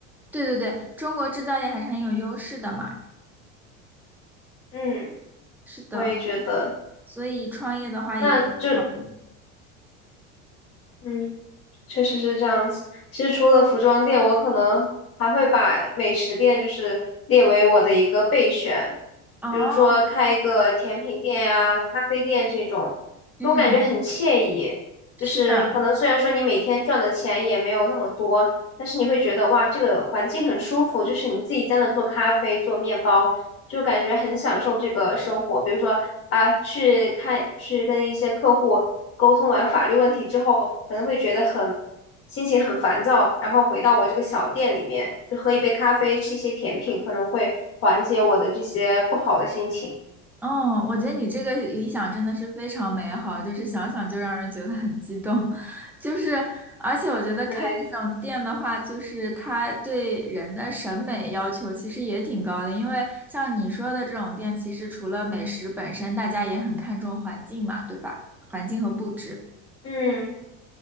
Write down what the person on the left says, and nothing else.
嗯，
我也觉得，
那就嗯，确实是这样子。其实除了服装店，我可能还会把美食店就是列为我的一个备选，
比如说开一个甜品店呀、咖啡店这种，
我感觉很惬意。
就是可能虽然说你每天赚的钱也没有那么多，但是你会觉得哇，这个环境很舒服，就是你自己在那做咖啡、做面包，就感觉很享受这个生活。比如说啊，去看去跟一些客户沟通完法律问题之后，可能会觉得很心情很烦躁，然后回到我这个小店里面，就喝一杯咖啡，吃一些甜品，可能会缓解我的这些不好的心情。
对，
嗯。